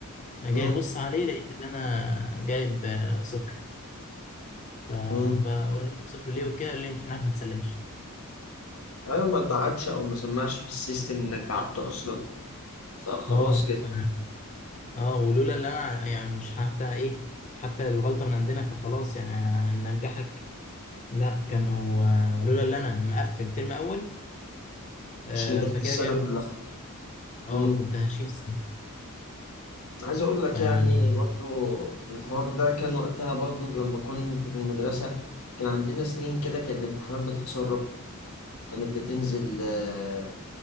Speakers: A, on the left; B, on the left.
A: انا جاي
B: مم.
A: ابص عليه لقيت ان انا جايب آه، صفر فبقول
B: مم.
A: له صفر ليه وكده قال لي امتحانك ما تسلمش
B: ايوه ما اتبعتش او ما سمعش في السيستم انك بعت اصلا فخلاص
A: اه
B: كده
A: ف اه ولولا اللي انا يعني مش حتى ايه مش حتى الغلطة من عندنا فخلاص يعني هننجحك لا كانوا آه، لولا اللي انا مقفل ترم اول آه،
B: مش نجحت
A: فكده
B: السنه
A: جايب
B: كلها
A: النص اه
B: امم
A: كنت هشيل السنه
B: عايز اقول لك
A: فيعني
B: يعني برضو الحوار ده كان وقتها برضو لما كنت في المدرسه كان عندنا سنين كده كان الامتحانات بتتسرب كانت بتنزل آه،